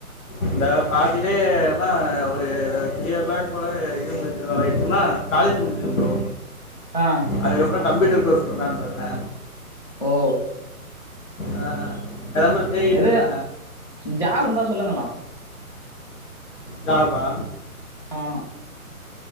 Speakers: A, on the left; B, on the left.
A: இந்த பாத்திலே ன்னா ஒரு த்ரீ ஓ கிளாக் போல இது முடிச்சிருவே எதுக்னா காலேஜ் முடுஞ்சுரு ப்ரோ
B: ஆ
A: அதுக்கப்றொ கம்ப்யூட்டர் கோர்ஸ் பண்ணலான்னு பாக்குறே
B: ஓ
A: ஆ அந்த நம்பர் தேடிட்டு
B: எது
A: இருக்க
B: ஜாப் இருந்தா சொல்லுங்கலா
A: ஜாப் ஆ
B: ஆமா